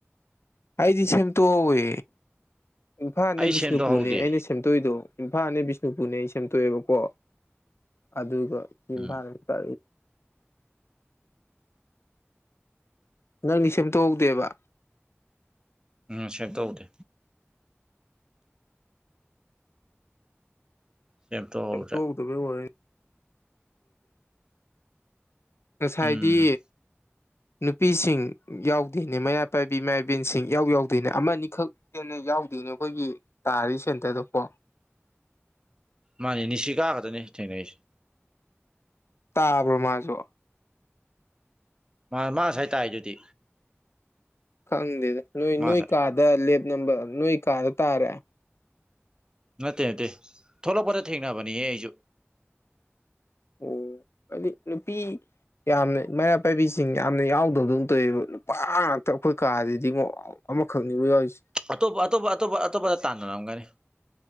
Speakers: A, on the left; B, on the right.
A: ꯑꯩꯗꯤ ꯁꯦꯝꯇꯣꯛꯎꯧꯋꯦ ꯏꯝꯐꯥꯜꯅꯦ
B: ꯑꯩ
A: ꯕꯤꯁꯅꯨꯄꯨꯔꯅꯦ
B: ꯁꯦꯝꯗꯣꯛꯍꯧꯗꯦ
A: ꯑꯩꯅ ꯁꯦꯝꯇꯣꯏꯏꯗꯣ ꯏꯝꯐꯥꯜꯅꯦ ꯕꯤꯁꯅꯨꯄꯨꯔꯅꯦ ꯑꯩ ꯁꯦꯝꯇꯣꯛꯑꯦꯕꯀꯣ ꯑꯗꯨꯒ ꯏꯝꯐꯥꯜ
B: ꯎꯝ
A: ꯇ ꯅꯪꯗꯤ ꯁꯦꯝꯗꯣꯛꯍꯧꯗꯦꯕ
B: ꯎꯝ ꯁꯦꯚ ꯇꯧꯗꯦ ꯁꯦꯝꯗꯣꯛꯍꯧꯗ꯭ꯔꯦ
A: ꯌꯥꯝ ꯇꯧꯗꯕ ꯉꯁꯥꯏꯗꯤ
B: ꯎꯝ
A: ꯅꯨꯄꯤꯁꯤꯡ ꯌꯥꯎꯗꯣꯏꯅꯦ ꯃꯩꯔꯥ ꯄꯥꯏꯕꯤ ꯏꯃꯥ ꯏꯕꯦꯟꯁꯤꯡ ꯏꯎ ꯌꯥꯎꯗꯣꯏꯅꯦ ꯑꯃ ꯑꯅꯤꯈꯛ ꯦꯟꯅ ꯌꯥꯎꯗꯣꯏꯅꯦ ꯑꯩꯈꯣꯏꯒꯤ ꯇꯥꯔꯤ ꯁꯦꯟꯇꯔꯗ ꯀꯣ
B: ꯃꯥꯅꯦ ꯅꯤꯁꯤ ꯀꯥꯒꯗꯅꯤ ꯊꯦꯡꯅꯔꯤꯁꯦ
A: ꯇꯥꯕ꯭ꯔꯣ ꯃꯥꯁꯨ
B: ꯃꯥ ꯃꯥꯁ ꯍꯥꯏꯇꯥꯔꯦ ꯑꯗꯨꯗꯤ
A: ꯈꯪꯗꯦꯗ ꯅꯣꯏ
B: ꯃꯥ
A: ꯅꯣꯏ
B: ꯉꯁꯥꯏ
A: ꯀꯥꯗ ꯂꯦꯞ ꯅꯝꯕꯔ ꯅꯣꯏ ꯀꯥꯗ ꯇꯥꯔꯦ
B: ꯅꯠꯇꯦ ꯅꯠꯇꯦ ꯊꯣꯛꯂꯛꯄꯗ ꯊꯦꯡꯅꯕꯅꯤꯍ ꯑꯩꯁꯨ
A: ꯑꯣ ꯑꯗꯨ ꯅꯨꯄꯤ ꯌꯥꯝꯅ ꯃꯩꯔꯥ ꯄꯥꯏꯕꯤꯁꯤꯡ ꯌꯥꯝꯅ ꯌꯥꯎꯗꯕꯗꯧꯅ ꯇꯧꯋꯦꯕ ꯅꯨꯄꯥ ꯉꯥꯛꯇ ꯑꯩꯈꯣꯏ ꯀꯥꯁꯤꯗꯤ ꯈꯨꯗꯤꯃꯛ ꯑꯃꯈꯛꯅꯤꯕ ꯌꯥꯎꯔꯤꯁꯦ
B: ꯑꯇꯣꯞꯄ ꯑꯇꯣꯞꯄ ꯑꯇꯣꯞꯄ ꯑꯇꯣꯞꯄꯗ ꯇꯥꯟꯅꯔꯝꯒꯅꯤ